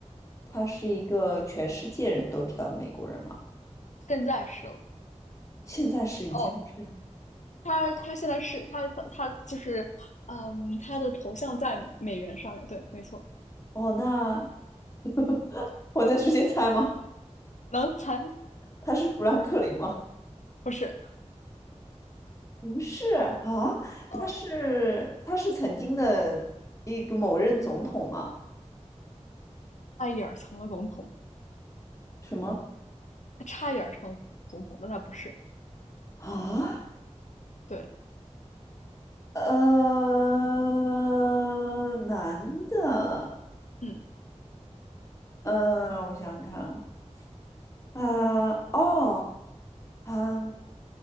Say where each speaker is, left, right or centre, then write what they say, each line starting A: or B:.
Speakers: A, on the left (about 25°); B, on the left (about 80°).
A: 他是一个全世界人都知道的美国人吗？
B: 现在是了。
A: 现在是以前不是。
B: 哦，他他现在是他他他就是，嗯，他的头像在美元上面，对，没错，
A: 哦，那 <laughs> 我能直接猜吗？
B: 能才
A: 他是富兰克林吗？
B: 不是，
A: 不是啊，
B: 呃，
A: 他是他是曾经的一个某任总统吗？
B: 差一点儿成了总统，
A: 什么
B: 他差一点儿成了总统，但他不是，
A: 啊？
B: 对，
A: 呃，男的，
B: 嗯，
A: 嗯、让我想想看啊，啊、哦，啊，